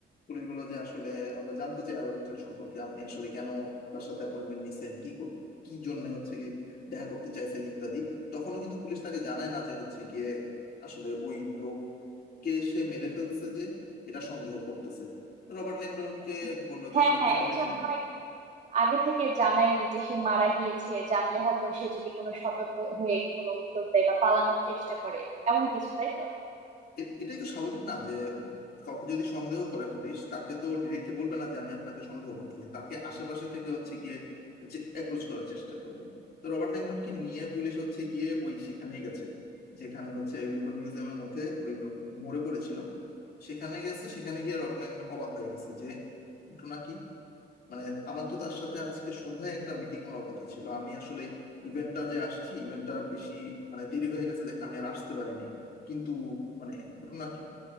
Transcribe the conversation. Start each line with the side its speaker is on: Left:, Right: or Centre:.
Left: পুলিশ বললো যে আসলে আমরা জানতে চাই আরো ডিটেল সম্পর্কে আপনি আসলে কেন তার সাথে অ্যাপয়েন্টমেন্ট নিছেন কি কর- কি জন্য হচ্ছে গিয়ে দেখা করতে চাইছেন ইত্যাদি তখনও কিন্তু পুলিশ তাকে জানায় না যে হচ্ছে গিয়ে আসলে ওই লোক কে সে মেরে ফেলছে যে এটা সন্দেহ করতেছে তো রবার্ট ল্যাংডনকে
Right: আচ্ছা
Left: বললো যে
Right: হ্যাঁ
Left: সাথে
Right: হ্যাঁ
Left: করে
Right: এজন্য
Left: নি
Right: আগে থেকে জানায়নি যে সে মারা গিয়েছে জানলে হয়তো সে যদি কোনো সতর্ক হয়ে কোনো উত্তর দেয় বা পালানোর চেষ্টা করে এমন কিছু তাই তো
Left: এ- এটাই তো স্বাভাবিক না যে উম, কাউকে যদি সন্দেহ করে পুলিশ তাকে তো ডিরেক্টলি বলবে না যে আমি আপনাকে সন্দেহ করতেছি তাকে আশেপাশে থেকে হচ্ছে গিয়ে অ্যাপ্রোচ করার চেষ্টা করবে তো রবার্ট ল্যাংডনকে নিয়ে পুলিশ হচ্ছে গিয়ে ওই সেখানেই গেছে যেখানে হচ্ছে লুভর মিউজিয়ামের মধ্যে ওই লোক মরে পড়েছিল সেখানে গেছে সেখানে গিয়ে রবার্ট ল্যাংডন অবাক হয়ে গেছে যে ঘটনা কি মানে আমার তো তার সাথে আজকে সন্ধ্যায় একটা মিটিং হওয়ার কথা ছিল আমি আসলে ইভেন্টটা যে আসছি ইভেন্টটা বেশি মানে দেরি হয়ে গেছে দেখে আমি আর আসতে পারি নাই কিন্তু মানে ঘটনা কি